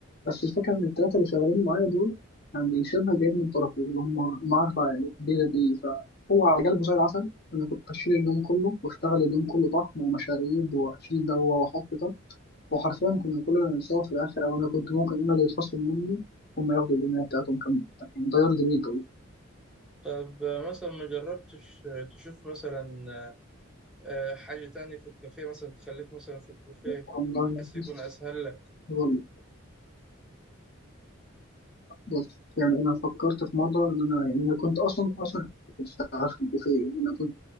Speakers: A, on the left; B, in the centre.
A: بس الفكره ان الثلاثه اللي شغالين معايا دول يعني شبه جايين من طرفي اللي هم معرفه يعني كبيره دي فهو على قلبه زي العسل انا كنت اشيل اليوم كله واشتغل اليوم كله طحن ومشاريب واشيل ده واحط ده وحرفيا كنا كلنا بنساوي في الاخر او انا كنت ممكن انا اللي يتخصم مني هم ياخدوا الدنيا بتاعتهم كامله يعني ده يرضي بيك
B: طب آه، مثلا ما جربتش آه، تشوف مثلا آه، حاجة تانية في الكافيه مثلا تخليك مثلا في البوفيه
A: والله
B: بحيث يكون
A: بص
B: أسهل لك
A: والله بص يعني انا فكرت في مره ان انا يعني انا كنت اصلا اصلا كنت شغال في البوفيه انا كنت